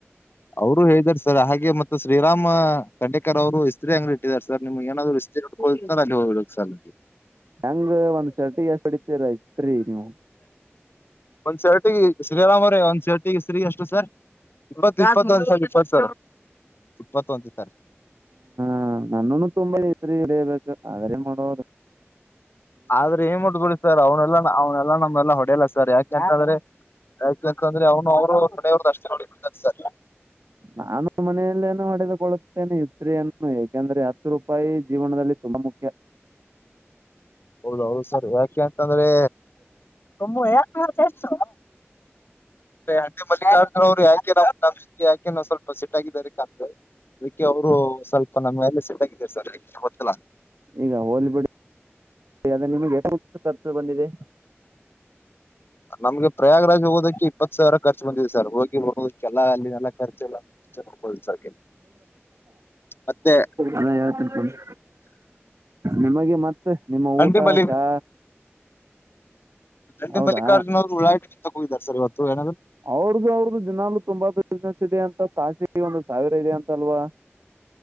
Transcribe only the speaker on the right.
ಹೆಂಗ ಒಂದ್ ಶರ್ಟಿ ಎಷ್ಟ ಹೊಡತಿರತ್ರಿ ನೀವು
ಹಾ ನನ್ನನು ತುಂಬಾ ಇದರಿ ಹಿಡಿಯಬೇಕು ಆದ್ರೆ ನೋಡೋದು
ನಾನು ಮನೆಯಲ್ಲೇನ ಹೊಡೆದುಕೊಳ್ಳುತ್ತೇನೆ ಇಸ್ತ್ರಯನ್ನು ಯಾಕೆಂದ್ರೆ ಹತ್ತು ರೂಪಾಯಿ ಜೀವನದಲ್ಲಿ ತುಂಬಾ ಮುಖ್ಯ
<inaudible>
ಈಗ ಹೋಲಿ ಬಿಡಿ ಅ್ರ ನಿಮಗೆಷ್ಟ ಖರ್ಚು ಬಂದಿದೆ
ಅದ ಹೇಳ್ತೀನಿ ಕುಂದ್ರು. ನಿಮಗೆ ಮತ್ತೆ ನಿಮ್ಮ
ಊಟ
ಚಾ
ಹೌದಾ
ಅವ್ರದ್ದು ಅವ್ರ್ದು ದಿನಾೂ ತುಂಬಾ ಬಿಸ್ನೆಸ್ ಇದೆ ಅಂತ ತಾಸಿಗೆ ಒಂದು ಸಾವಿರ ಇದೆ ಅಂತಲ್ವಾ